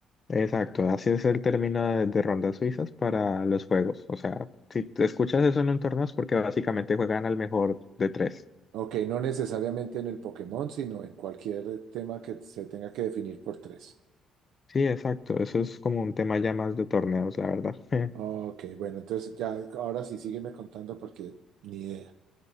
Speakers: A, on the left (about 30°); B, on the right (about 80°).
A: Exacto, así es el término de, de rondas suizas para los juegos. O sea, si te escuchas eso en un torneo es porque básicamente juegan al mejor de tres.
B: Ok, no necesariamente en el Pokémon, sino en cualquier tema que se tenga que definir por tres.
A: Sí, exacto, eso es como un tema ya más de torneos, la verdad. <laughs>
B: Ok, bueno, entonces ya, ahora sí sígueme contando porque ni idea.